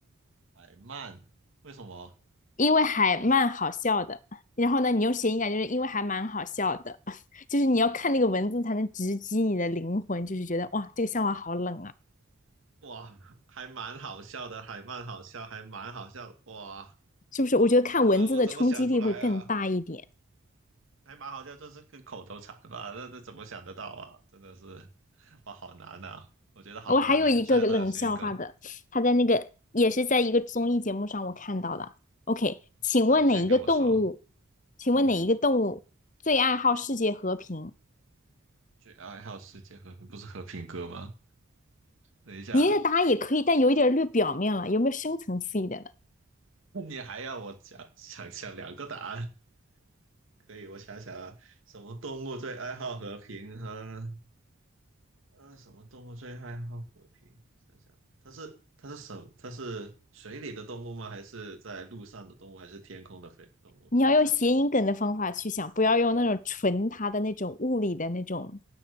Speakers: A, on the right (about 65°); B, on the left (about 35°).
A: 海曼，为什么？
B: 因为海曼好笑的。
A: <laughs>
B: 然后呢，你用谐音感，就是因为还蛮好笑的，<laughs> 就是你要看那个文字才能直击你的灵魂，就是觉得哇，这个笑话好冷啊，
A: 哇，还蛮好笑的，海曼好笑，还蛮好笑的，哇，
B: 是不是？我觉得看文字的冲击力会更大一点。
A: 这个我怎么想出来啊？还蛮好笑，就是个口头禅吧，那这怎么想得到啊？真的是，哇，好难啊！我觉得好难呢、
B: 我还有一个冷笑话的，
A: 虽然它有时间梗，
B: 他在那个也是在一个综艺节目上我看到的。OK，请问哪一个动物？
A: 那你先给我说，
B: 请问哪一个动物最爱好世界和平？
A: 嗯，最爱好世界和平不是和平鸽吗？等一下，
B: 你那个答案也可以，但有一点略表面了，有没有深层次一点的？
A: 那你还要我想想想两个答案？可以，我想想啊，什么动物最爱好和平和呃，什么动物最爱好和平？想想，它是它是什？它是水里的动物吗？还是在路上的动物？还是天空的飞动物？
B: 你要用谐音梗的方法去想，
A: 天上飞的？
B: 不要用那种纯它的那种物理的那种，